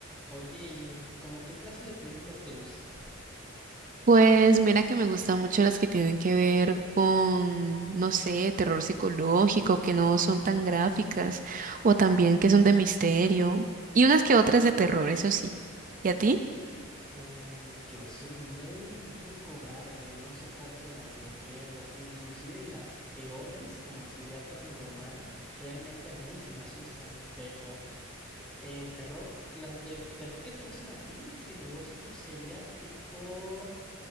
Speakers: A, in the centre; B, on the right.
A: Oye, ¿y como qué clase de películas te gustan?
B: Pues mira que me gustan mucho las que tienen que ver con, no sé, terror psicológico, que no son tan gráficas, o también que son de misterio, y unas que otras de terror, eso sí. ¿Y a ti?
A: Em, yo soy muy, muy cobarde, no soporto las de miedo, inclusive las peores como actividad paranormal, realmente a mí sí me asustan, pero eh, terror, las de terror que te gustan a ti, psicológico, sería tipo